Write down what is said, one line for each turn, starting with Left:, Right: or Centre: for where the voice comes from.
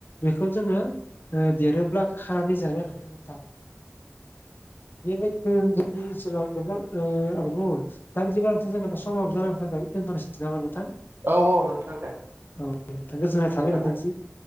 Left: बेखौ जोङो ओह देरोब्ला खानानै जानो हायो नोंथां बेबायदिनो जोंनि ओनसोलाव गोबां ओह आबाद मावो दा बिदिबथ' जों समाव जानो थाखाय दोनथ'नोसै जागोन नोंथां
Right: औ औ नोंथां दे
Left: औ नोंथां गोजोननाय
Right: बिदिबालाय
Left: थाबाय नोंथांसिम